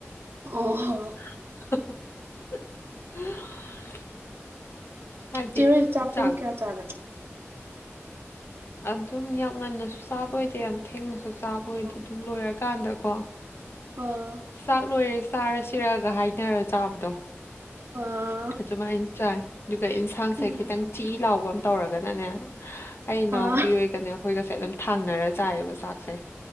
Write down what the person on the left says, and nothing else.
<unintelligible> ꯍꯥꯏꯗꯤ
ꯆꯥꯛ
ꯑꯗꯨꯝ ꯌꯥꯝ ꯉꯟꯅꯁꯨ ꯆꯥꯕ ꯑꯣꯏꯗꯦ ꯌꯥꯝ ꯊꯦꯡꯅꯁꯨ ꯆꯥꯕ ꯑꯣꯏꯗꯦ
ꯑꯗꯨꯝ ꯂꯣꯏꯔ ꯀꯥꯟꯗꯀꯣ
ꯆꯥꯛ ꯂꯣꯏꯔꯦ ꯆꯥꯔ ꯁꯤꯔꯒ ꯍꯥꯏꯅꯔ ꯆꯥꯕꯗꯣ
ꯑꯗꯨꯃꯥꯏꯅ ꯆꯥꯏ ꯑꯗꯨꯒ ꯢꯟꯁꯥꯡꯁꯦ
ꯈꯤꯇꯪ ꯆꯤ ꯂꯥꯎꯕ ꯑꯃ ꯇꯧꯔꯒꯅꯅꯦ ꯑꯩ ꯏꯅꯥꯎꯄꯤ
ꯍꯣꯏꯒꯅꯦ ꯑꯩꯈꯣꯏꯒꯁꯦ ꯑꯗꯨꯝ ꯊꯥꯡꯅꯔ ꯆꯥꯏꯑꯦꯕ ꯆꯥꯛꯁꯦ